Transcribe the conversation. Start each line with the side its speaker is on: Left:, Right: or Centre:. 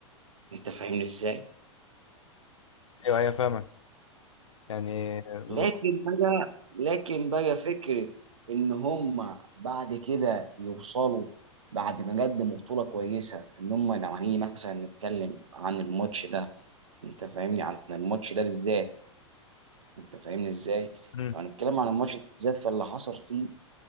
Right: انت فاهمني ازاي
Left: أيوه أيوه فاهمك يعني م-
Right: لكن بقى لكن بقى فكره ان هم بعد كده يوصلوا بعد ما قدموا بطوله كويسه ان هم لو هنيجي مثلا نتكلم عن الماتش ده انت فاهمني عن الماتش ده بالذات انت فاهمني ازاي
Left: م-
Right: لو هنتكلم عن الماتش ده بالذات فاللي حصل فيه